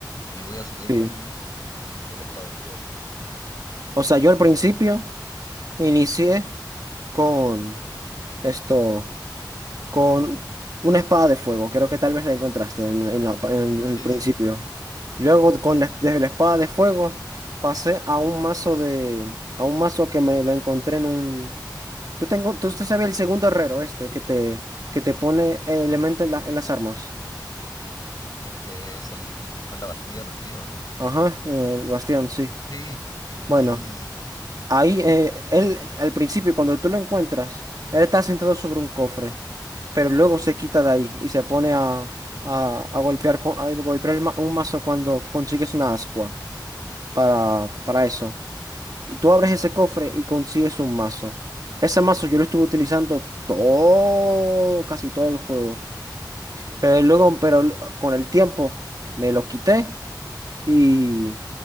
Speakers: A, on the left; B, on the right.
A: y voy a subirme
B: sí.
A: el, el, el espadón, digamos.
B: O sea, yo al principio inicié con esto, con una espada de fuego. Creo que tal vez la encontraste en, en la en el
A: Sí,
B: principio.
A: sí,
B: Luego, con
A: sí.
B: la, desde la espada de fuego, pasé a un mazo de, a un mazo que me lo encontré en un. Tú tengo, tú usted sabes el segundo herrero este que te, que te pone eh, elemento en la- en las armas.
A: Este es el, el que está en la Bastilla perdido, ¿o ¿no?
B: Ajá, en el bastión, sí.
A: Sí,
B: Bueno.
A: sí, sí, sí, sí.
B: Ahí, eh, él, al principio, cuando tú lo encuentras, él está sentado sobre un cofre, pero luego se quita de ahí y se pone a, a, a golpear, co- a golpear el ma- un mazo cuando consigues una ascua para, para eso.
A: Claro,
B: Y tú abres ese cofre y consigues un mazo. Ese mazo yo lo estuve utilizando todo, casi todo el juego. Pero luego, pero l- con el tiempo me lo quité y